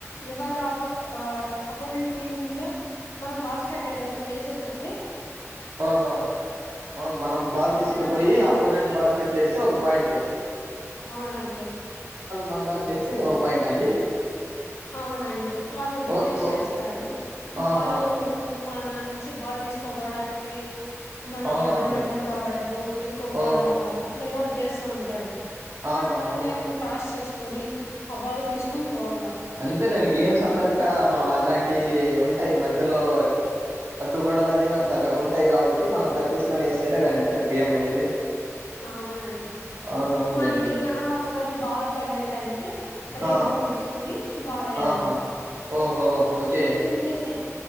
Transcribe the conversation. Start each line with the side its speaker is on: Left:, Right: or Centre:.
Left: ఎవరాపో ఆ అప్ ఆ-అపోనెంట్ టీమ్ లో మనం బాస్కెట్ ఎలా ఏసేసొస్తే
Right: ఆహో అవున్ మనం బాల్
Left: ఓకేనా
Right: తీసుకుపోయి అపోనెంట్ బాస్కెట్లేస్తే ఒక పాయింట్
Left: ఔనండి
Right: మన్దాంట్లో ఏస్తే ఇంగోక పాయింట్ ఆ అండి
Left: అవునండి వాళ్ళు డిఫెన్స్
Right: ఓ ఓ
Left: చేస్తారు
Right: ఆహా
Left: వాళ్ళు మ అ మననుంచి బాల్ తీసుకబోవడానికి మనకడ్డమడ్డము
Right: అవునవునులే
Left: రావడము పిక్కోబోవడానికి
Right: ఓహో
Left: రావడం అలా ఏదో ఒకటి చేస్తా ఉంటారు
Right: ఆహా
Left: బట్
Right: అవును
Left: మేము క్రాస్ చేస్కోని ఆ బాల్ తీసుకొని పోవాలా
Right: అంతేలెండి గేమ్స్ అన్నాగా మల్లలాంటివి ఉంటాయి మధ్యలో అడ్డుగోడలనేవి అట్లాగా ఉంటాయి కాబట్టి మనం తప్పించుకొని ఏస్తేనే కాండి ఆ గేమ్ అనేది
Left: అవునండి
Right: అవునవునులేండి
Left: మళ్ళీ ఎమన్నా ఒకవేళ్ బాల్ పళ్ళేదంటే రీబౌండ్
Right: ఆ
Left: తీసుకుని బాలెయల్ల
Right: ఆహా ఓహో ఓకే
Left: మైఫిన్ కైసే